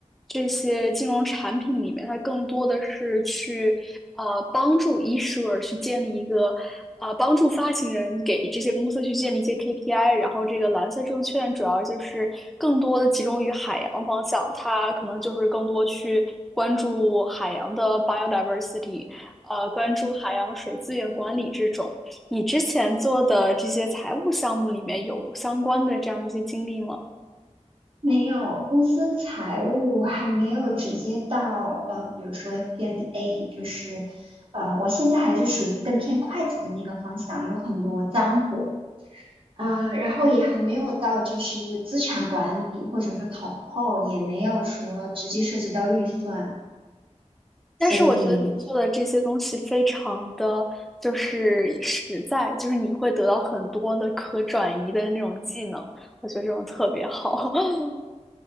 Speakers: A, in the centre; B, on the right.
A: 这些金融产品里面，它更多的是去呃帮助 issuer 去建立一个呃帮助发行人给这些公司去建立一些 KPI，然后这个蓝色证券主要就是更多的集中于海洋方向，它可能就是更多去关注海洋的 biodiversity，呃，关注海洋水资源管理这种。你之前做的这些财务项目里面有相关的这样的一些经历吗？
B: 没有，公司财务还没有直接到呃，比如说 FP&A，就是呃，我现在还是属于更偏会计的那个方向，有很多脏活啊，呃然后也还没有到就是资产管理或者是统后，也没有说直接涉及到预算，
A: 但是我觉得你做的这些东西非常的就是实在，
B: 所以
A: 就是你会得到很多的可转移的那种技能，我觉得这种特别好。<laughs>